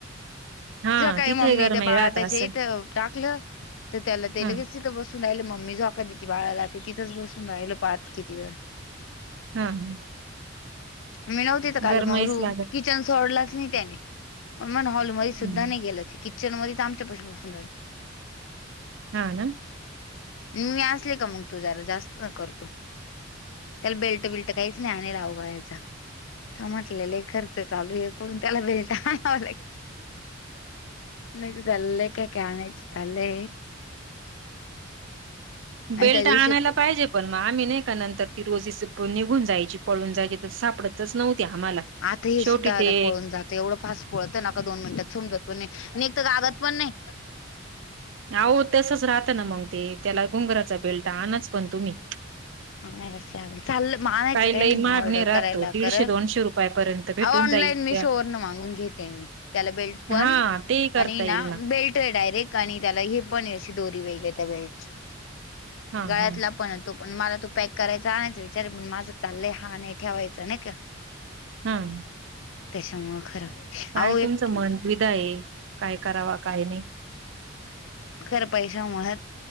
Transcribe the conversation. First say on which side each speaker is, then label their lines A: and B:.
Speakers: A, on the right (about 65°); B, on the left (about 70°).
A: हा
B: सकाळी
A: तिथंही
B: मम्मी
A: गरमाई
B: त्या बाळा
A: राहत
B: त्याच्या
A: असेल
B: इथं टाकलं तर त्याला ते
A: हा
B: लगेच. तिथं बसून राहिल म्मी जोका तती बाळाला तिथच बसून राहिललं पाहत किती वेळ.
A: हा ह.
B: मी नवती तर काल
A: गरमाईच
B: मरू
A: लागत
B: किती. सोडलाच नाही त्याने मग म हॉलमध्ये
A: हम्म.
B: सुद्धा नाही गेलं ति. किचन मध्ये आमच्याशी बसून राहील.
A: हा.
B: मी असले का मग तू जरा जास्त करतो. त्याला बेल्ट बिल्ट काहीच नाही आणिलावगा्याचा तर म्हटलेला खर्च चालू आहे. कोण त्याला भेलटा नाहीच झाल्ले काय का आणायच. आले. आणि
A: बेल्ट
B: त्या दिवशी
A: आणायला पाहिजे. पण मग आम्ही नाही का नंतर ती रोजीच निघून जायची पळून जायची तर सापडत. च नव्ह्या आम्हाला.
B: आता हे
A: शेवटी
B: सुद्धा आता
A: ते
B: पळून जात. एवढं फास पळत नाका दोन मिनिटात समजत पण नाही न तर गगत पण नाही.
A: अह तसच राहत ना मग ते त्याला गुंगराचा बेल्ट आणच पण तुम्ही.
B: हच लागल चालल मानायचं
A: काही
B: काय
A: लई
B: नाही म
A: महाग
B: ऑर्डर
A: राहतो
B: करायला
A: दीडशे
B: कल.
A: दोनशे रुपयापर्यंत भेटून
B: अ ऑनलाईन
A: जाईल
B: मी
A: त्या
B: शोअरन मागून घेते मी त्याला बेल्ट पण
A: हा तेही करता
B: आणि ना
A: येईल
B: बेल्ट आहे डायरेक्ट. आणि त्याला हे पणशी दोरी वेग त्या वेळेची
A: हा
B: गाळ्यातला
A: हा
B: पण. तो पण मला तू पॅक करायचा आणायच विचार पण माझं चाललंय हाान नाही ठेवायचं नाही का.
A: हम.
B: त्याच्यामुळं खरं.
A: काय
B: अहो एक
A: तुमचं मनविधा आहे काय करावा काय नाही.
B: खरं पैशा मुच.